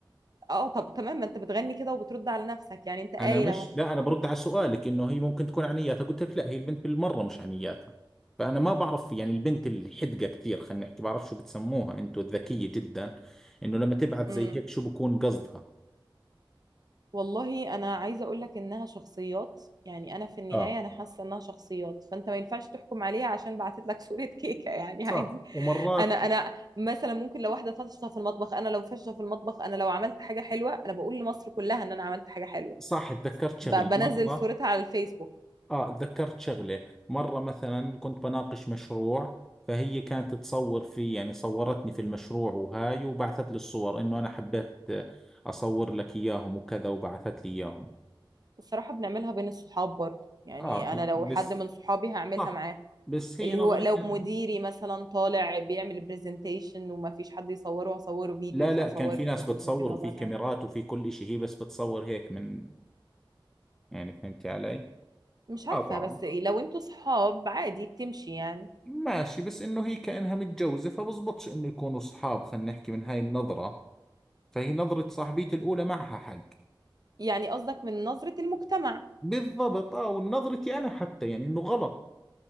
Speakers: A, on the right (about 50°); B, in the centre.
A: اه طب تمام ما انت بتغني كده وبترد على نفسك يعني انت قايل
B: انا مش
A: اهو
B: لا انا برد على سؤالك انه هي ممكن تكون عنياتها قلت لك لا هي البنت بالمره مش عنياتها فانا ما بعرف يعني البنت اللي حدقه كثير خلينا نحكي بعرف شو بتسموها انتو الذكيه جدا انه لما تبعث
A: امم
B: زي هيك شو بكون قصدها
A: والله انا عايزه اقول لك انها شخصيات يعني انا في النهايه
B: اه
A: انا حاسه انها شخصيات فانت ما ينفعش تحكم عليها عشان بعتت لك صوره <laughs> كيكه يعني
B: صح
A: عادي
B: ومرات
A: انا انا مثلا ممكن لو واحده فاشله في المطبخ انا لو فاشله في المطبخ انا لو عملت حاجه حلوه انا بقول لمصر كلها ان انا عملت حاجه حلوه
B: صح تذكرت شغلة
A: ب- بنزل
B: مرة
A: صورتها على الفيسبوك
B: اه تذكرت شغلة مرة مثلا كنت بناقش مشروع فهي كانت تصور في يعني صورتني في المشروع وهاي وبعثت لي الصور انه انا حبيت اصور لك اياهم وكذا وبعثت لي اياهم
A: الصراحة بنعملها بين الصحاب برضه يعني
B: اه
A: أنا لو
B: بس
A: حد من صحابي هعملها
B: صح
A: معاه
B: بس هي
A: اللي
B: نظرتها
A: هو لو مديري مثلا طالع بيعمل برزنتيشن وما فيش حد يصوره هصوره فيديوز
B: لا لا
A: هصوره
B: كان في ناس
A: فوتوز
B: بتصور
A: وكده
B: وفي
A: وابعتها
B: كاميرات
A: له.
B: وفي كل إشي هي بس بتصور هيك من يعني فهمتي علي؟
A: مش عارفة
B: اه بعرف
A: بس إيه، لو انتوا صحاب عادي بتمشي يعني
B: ماشي بس انه هي كأنها متجوزة فبزبطش انه يكونوا اصحاب خلينا نحكي من هاي النظرة فهي نظرة صاحبيتي الأولى معها حق
A: يعني قصدك من نظرة المجتمع
B: بالضبط اه ونظرتي أنا حتى يعني انه غلط